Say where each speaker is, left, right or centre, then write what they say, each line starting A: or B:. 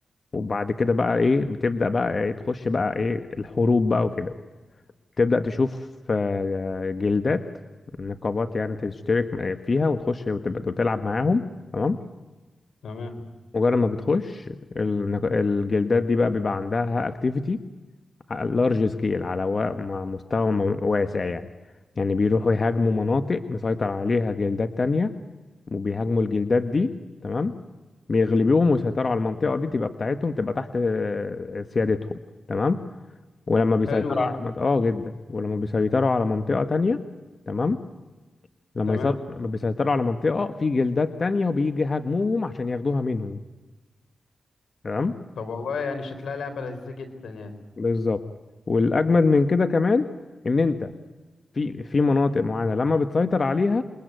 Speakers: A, on the left (about 50°); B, on the left (about 90°).
A: وبعد كده بقى ايه بتبدأ بقى ايه تخش بقى ايه الحروب بقى وكده تبدأ تشوف آه، جلدات نقابات يعني تشترك فيها وتخش وتبقى وتلعب معاهم تمام
B: تمام
A: مجرد ما بتخش النق- الجلدات دي بقى بيبقى عندها اكتيفيتي لارج سكيل على و- م- مستوى م- واسع يعني يعني بيروحوا يهاجموا مناطق مسيطر عليها جلدات تانية وبيهاجموا الجلدات دي تمام بيغلبوهم ويسيطروا على المنطقة دي تبقى بتاعتهم تبقى تحت آه، سيادتهم تمام ولما بيسيطروا
B: حلو ده
A: على مط- اه جدا ولما بيسيطروا على منطقة تانية تمام لما
B: تمام
A: يسيطروا لما بيسيطروا على منطقة آه، في جلدات تانية وبيجي يهاجموهم عشان ياخدوها منهم تمام
B: طب والله يعني شكلها لعبة لذيذة جدا يعني
A: بالظبط والأجمد من كده كمان إن أنت في في مناطق معينه لما بتسيطر عليها